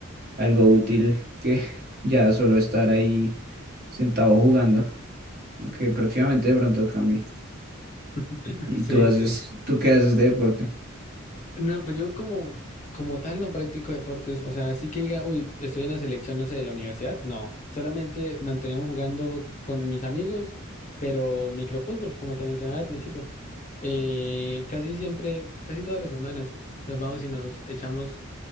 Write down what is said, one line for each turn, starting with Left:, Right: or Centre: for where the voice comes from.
Right: algo útil que <laughs> ya solo estar ahí sentado jugando, aunque próximamente de pronto cambie.
Left: <clears throat>
Right: ¿Y
Left: Sí,
Right: tú haces,
Left: sí. sí.
Right: tú qué haces de deporte?
Left: No, pues yo como, como tal no practico deportes. O sea, así que diga, uy, estoy en la selección, no sé, de la universidad. No, solamente mantenemos jugando con mis amigos, pero microfútbol, como te mencionaba al principio. Eh, casi siempre, casi todas las semanas nos vamos y nos echamos